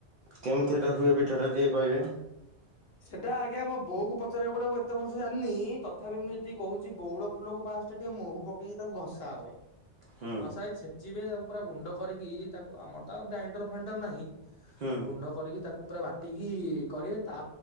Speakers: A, on the right; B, on the left.
A: କେମିତି ଏଟା ହୁଏ ପିଠାଟା ଟିକେ କହିବେ?
B: ଏଟା ଆଜ୍ଞା ବୋଉକୁ ପଚିବାକୁ ପଡିବ ମୁଁ ଏତେ ଭଲସେ ଜାଣିନି ତଥାପି ମୁଁ ଯେତିକି କହୁଛି, ବଉଳ ଫୁଲକୁ ଫାଷ୍ଟ ଟିକେ ମହୁ ପକେଇକି ତାକୁ ଘଷା ହବ
A: ହୁଁ
B: ହଁ ସେଇ ଛେଚିବେ ତାକୁ ପୁରା ଗୁଣ୍ଡ କରିକି, ତାକୁ ଆମର ତ ଆଉ ଗ୍ରାଇଣ୍ଡର ଫାଣ୍ଡର ନାହିଁ
A: ହୁଁ
B: ଗୁଣ୍ଡ କରିକି ତାକୁ ପୁରା ବାଟିକି କରିବେ ତା